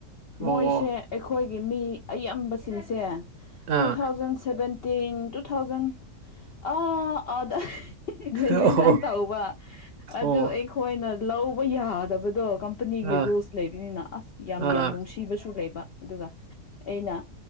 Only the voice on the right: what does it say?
ꯑꯣ
ꯑꯥ
ꯑꯣ
ꯑꯣ
ꯑꯥ
ꯑꯥ